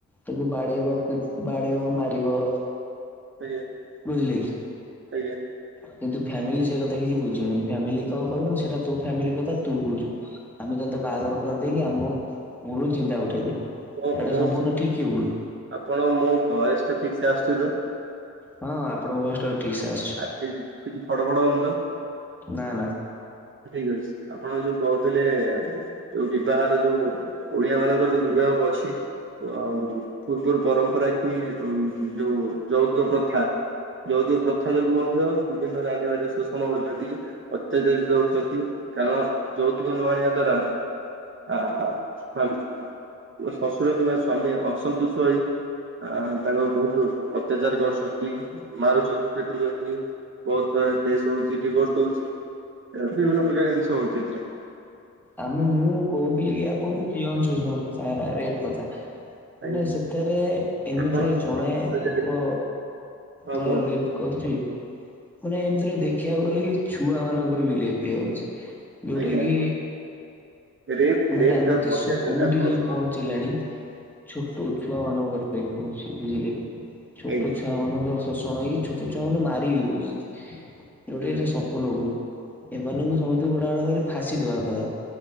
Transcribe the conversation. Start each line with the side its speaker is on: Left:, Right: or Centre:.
Centre: ତାକୁ ବାଡେଇବ ପି ବାଡେଇବ ମାରିବ।
Right: ଆଜ୍ଞା!
Centre: ବୁଝିଲେ କି?
Right: ଆଜ୍ଞା!
Centre: କିନ୍ତୁ ଫ୍ୟାମିଲି ସେ କଥା କିଛି ବୁଝିବନି, ଫ୍ୟାମିଲି କଣ କହିବ ସେଇଟା ତୋ ଫ୍ୟାମିଲି କଥା ତୁ ବୁଝୁ। ଆମେ ତତେ ବାହାଘର କରିଦେଇକି ଆମ ମୁଣ୍ଡରୁ ଚିନ୍ତା ଉଠେଇଦେଲୁ।
Right: ମୋ
Centre: ଏଇଟା
Right: ମୋ
Centre: ସମ୍ପୂର୍ଣ୍ଣ ଠିକ କି ଭୁଲ?
Right: ଆପଣ ମୋ ଭଏସଟା ଠିକ୍ ସେ ଆସୁଛି ତ?
Centre: ହଁ ଆପଣ ଭୟସ ଟା ଠିକ୍ ସେ ଆସୁଛି।
Right: ଆ କିଛି ଫଡ ଫଡ ହଉନିତ?
Centre: ନା ନା
Right: ଠିକ ଅଛି ଆପଣ ଯୋଉ କହୁଥିଲେ ଯୋଉ ବିବାହର ଯୋଉ ଓଡିଆ ମାନଙ୍କର ତ ବିଭାକ ଅଛି। ଆଉ ପୂର୍ବରୁ ପରମ୍ପରା କି ଯୋଉ ଯୌତୁକ ପ୍ରଥା। ଯୋଉତୁକ ପ୍ରଥା ଯୋଗୁ ମଧ୍ୟ ଦୁଇ ଦିନ ଜାଣିବାରେ ଶୋଷଣ ହଉଛନ୍ତି। ଅତ୍ୟାଚାରିତ ଦଉଛନ୍ତି କାରଣ ଯୌତୁକ ନଆଣିବା ଦ୍ୟରା ଆ ଶ୍ୱଶୁର କିମ୍ବା ସ୍ଵାମୀ ଅସନ୍ତୁଷ ହୋଇ ଆ ତାଙ୍କୁ ବହୂକୁ ଅତ୍ୟାଚାର କରୁଛନ୍ତି ମାରୁଛନ୍ତି। ପିଟୁଛନ୍ତି ବହୁତ ପ୍ରକାର କେସ୍ ହଉଛି ଡିଭୋର୍ସ ହଉଛି। ବିଭିନ୍ନ ପ୍ରକାର ଜିନିଷ ହଉଛିି ଏଥିରେ।
Centre: ଆମେ ମୁଁ କହୁଥିଲି କି ଆପଣଙ୍କୁ ଜୀଅନଶଷଣ କଥା ହେଲା ରେପ କଥା। ମାନେ
Right: ଆଜ୍ଞା
Centre: ସେଠାରେ ଏମିତିରେ
Right: ଆପଣ
Centre: ଜଣେ
Right: କହିଲେ
Centre: ଲୋକ
Right: ହଁ
Centre: ଧର
Right: କୁହନ୍ତୁ
Centre: ରେପ
Right: କୁହନ୍ତୁ
Centre: କରିଚି। ମାନେ ଏମିତିରେ ଦେଖିବାକୁ ଗଲେ କି ଛୁଆ ମାନଙ୍କର ବି ରେପ ହେଇଯାଉଛି ଯୋଉଟା
Right: ଆଜ୍ଞା
Centre: କି
Right: ରେପ୍
Centre: ମାନେ
Right: ରେପ୍
Centre: ଆମ
Right: କାହାକୁ
Centre: ଦେଶ
Right: କୁହନ୍ତି ଜାଣିଛନ୍ତି
Centre: କୋଉଠି
Right: ଆପଣ
Centre: ଯାଇ
Right: ଶୁଣନ୍ତୁ
Centre: ପହ ଞ୍ଚିଲାଣି ଛୋଟ ଛୁଆମାନଙ୍କର ରେପ ହଉଛି ବୁଝିଲେ କି? ଛୋଟ
Right: ଆଜ୍ଞା
Centre: ଛୁଆ ମାନଙ୍କର ଶୋଷଣ ହିଁ ଛୋଟ ଛୁଆ ମାନଙ୍କୁ ମାରି ବି ଦଉଛନ୍ତି ଯୋଉଠି
Right: ଆଜ୍ଞା
Centre: ଏତେ ସ ମ୍ପୂର୍ଣ୍ଣ ଭୁଲ୍, ଏମାନଙ୍କୁ ସମସ୍ତଙ୍କୁ ବୁଡା ଗୁଡା କରି ଫାସି ଦବା